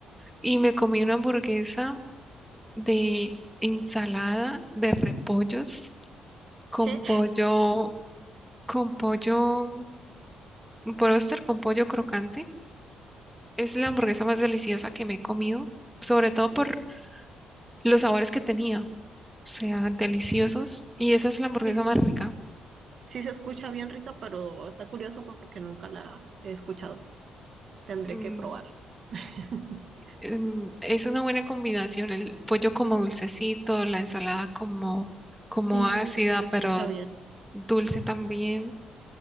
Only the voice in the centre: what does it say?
y me comí una hamburguesa de ensalada de repollos con
pollo, con pollo, un bróster con pollo crocante. Es la hamburguesa más deliciosa que me he comido, sobre todo por los sabores que tenía, o sea, deliciosos, y esa es la hamburguesa
más rica.
Mm,
mm, es una buena combinación, el pollo como dulcecito, la ensalada como, como
ácida,
pero
dulce también.